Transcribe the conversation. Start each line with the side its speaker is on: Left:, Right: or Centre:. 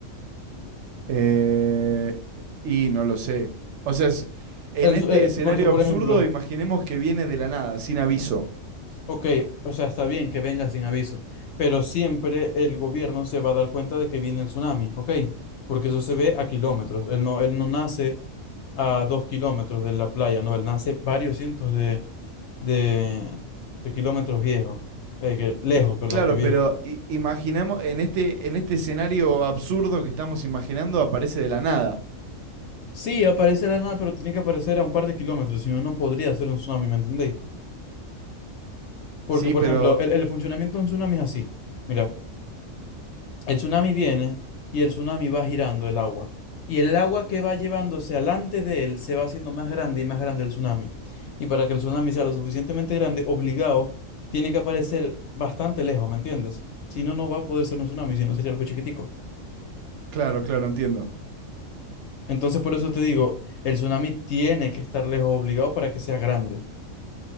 Right: Eh, y no lo sé. O sea, es- en
Left: El
Right: este
Left: tsu- eh,
Right: escenario
Left: porque, por
Right: absurdo,
Left: ejemplo,
Right: imaginemos que viene de la nada, sin aviso.
Left: Ok, o sea, está bien que venga sin aviso, pero siempre el gobierno se va a dar cuenta de que viene el tsunami, ok, porque eso se ve a kilómetros. Él no, él no nace a dos kilómetros de la playa, no, él nace varios cientos de, de, de kilómetros viejos, eh, que, lejos,
Right: Cl-
Left: perdón,
Right: Claro,
Left: que viejos.
Right: pero i- imaginemos, en este, en este escenario absurdo que estamos imaginando, aparece de la nada.
Left: Sí, aparece de la nada, pero tiene que aparecer a un par de kilómetros, si no, no podría ser un tsunami, ¿me entendéis? Porque,
Right: Sí,
Left: por
Right: pero
Left: ejemplo, el, el funcionamiento de un tsunami es así. Mira. El tsunami viene y el tsunami va girando el agua. Y el agua que va llevándose alante de él se va haciendo más grande y más grande el tsunami. Y para que el tsunami sea lo suficientemente grande, obligado, tiene que aparecer bastante lejos, ¿me entiendes? Si no, no va a poder ser un tsunami, si no sería algo chiquitico.
Right: claro, claro, entiendo.
Left: Entonces, por eso te digo, el tsunami tiene que estar lejos obligado para que sea grande,